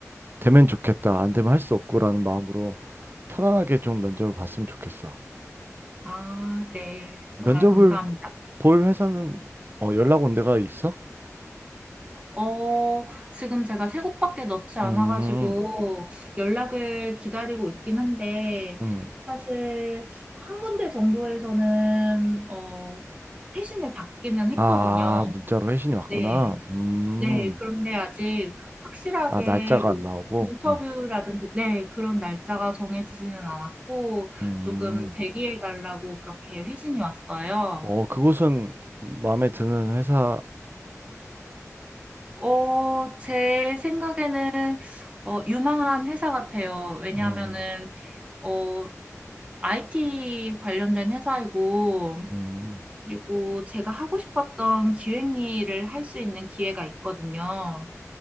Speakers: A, on the right; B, on the right.
A: 되면 좋겠다. 안 되면 할 수 없고라는 마음으로 편안하게 좀 면접을 봤으면 좋겠어.
B: 아, 네.
A: 면접을
B: 정말 감사합니다.
A: 볼 회사는 어, 연락 온 데가 있어?
B: 어, 지금 제가 세 곡밖에 넣지 않아가지고
A: 음,
B: 연락을 기다리고 있긴 한데,
A: 음.
B: 사실 한 군데 정도에서는, 어, 회신을 받기는 했거든요.
A: 아, 문자로 회신이 왔구나.
B: 네.
A: 음,
B: 네. 그런데 아직 확실하게
A: 아, 날짜가
B: 뭐,
A: 안 나오고.
B: 인터뷰라든지,
A: 음,
B: 네, 그런 날짜가 정해지지는 않았고,
A: 음.
B: 조금 대기해 달라고 그렇게 회신이 왔어요.
A: 어, 그곳은 마음에 드는 회사야?
B: 어, 제 생각에는, 어, 유망한 회사 같아요. 왜냐하면은,
A: 음,
B: 어, IT 관련된 회사이고,
A: 음,
B: 그리고 제가 하고 싶었던 기획 일을 할 수 있는 기회가 있거든요.